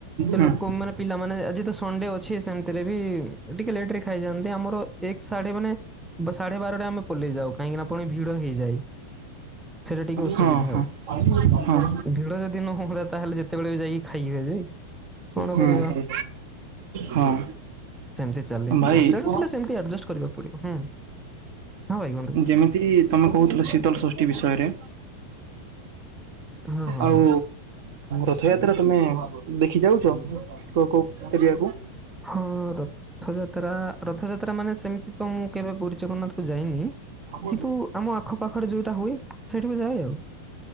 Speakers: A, in the centre; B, on the right.
A: ସେ
B: ହୁଁ
A: ଲୋକ ମାନେ ପିଲାମାନେେ ଆଜି ତ ସଣ୍ଡେ ଅଛି ସେମିତିରେ ବି ଟିକେ ଲେଟ ରେ ଖାଇଯାଆନ୍ତି। ଆମର ସାଢେ ମାନେ ସାଢେ ବାରଟା ଆମେ ପଲେଇ ଯାଉ କାହିଁକି ନା ପୁଣି ଭିଡ ହେଇଯାଏ। ସେଇଟା ଟିକେ ଅସୁବିଧା
B: ହଁ ହ
A: ଆଉ।
B: <unintelligible> ହଁ
A: ଭିଡ ଯଦି ନ ହୁଅନ୍ତା ତାହେଲେ ଯେତେବେଳେ ବି ଯାଇକି ଖାଇ ହୁଏ ଯେ କଣ
B: ହଁ
A: କରିବା।
B: ହଁ
A: ସେମିତି ଚାଲେ
B: ଭାଇ
A: ହଷ୍ଟେଲରେ
B: ହଁ
A: ଥିଲେ ସେମିତି ଆଡଜଷ୍ଟ କରିବାକୁ ପଡିବ ହୁଁ ହଁ ଭାଇ କୁହନ୍ତୁ।
B: ଯେମିତି ତମେ କହୁଥିଲ ଶୀତଳ ସୃଷ୍ଟି ବିଷୟରେ।
A: ହଁ, ହଁ,
B: ଆଉ
A: ହଁ।
B: ଉ ରଥଯାତ୍ରା ତମେ ଦେଖି ଯାଉଛ? <inaudible> ଏରିଆକୁ
A: ହଁ, ରଥଯାତ୍ରା ରଥଯାତ୍ରା ମାନେ ସେମିତି ତ ମୁଁ କେବେ ପୁରୀ ଜଗନ୍ନାଥ କୁ ଯାଇନି।
B: ହଁ
A: କିନ୍ତୁ ଆମ ଆଖପାଖରେ ଯୋଉଟା ହୁଏ ସେଇଠିକୁ ଯାଏ ଆଉ।